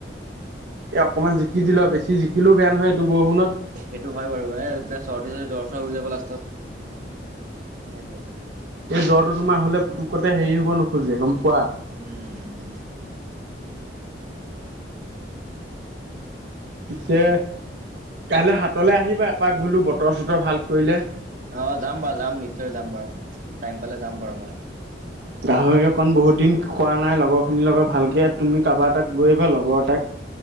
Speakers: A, on the right (about 75°); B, on the right (about 50°).
A: এই অকণমান জিকি দিলোঁ আৰু বেছি জিকিলোঁ বেয়া নহয় এইটো বৰষুণত।
B: সেইটো হয় বাৰু। মানে এতিয়া চৰ্দি-চৰ্দি জ্বৰ-চৰ হৈ যাব লাষ্টত সেইটোৱে।
A: এই জ্বৰটো তোমাৰ হ'লে পুতুকতে হেৰি হ'ব নোখোজে গম পোৱা।
B: উম। উম
A: পিছে কাইলৈ হাত- তলে আহিবা এপাক বোলোঁ বতৰ চতৰ ভাল কৰিলে।
B: অ যাম বাৰু যাম নিশ্চয় যাম বাৰু টাইম পালে যাম বাৰু মই।
A: <unintelligible> গাহৰি অকণ বহুত দিন খোৱা নাই লগৰখিনিৰ লগত ভালকে তুমি কাবা এটাক লৈ আহিবা লগৰ এটাক।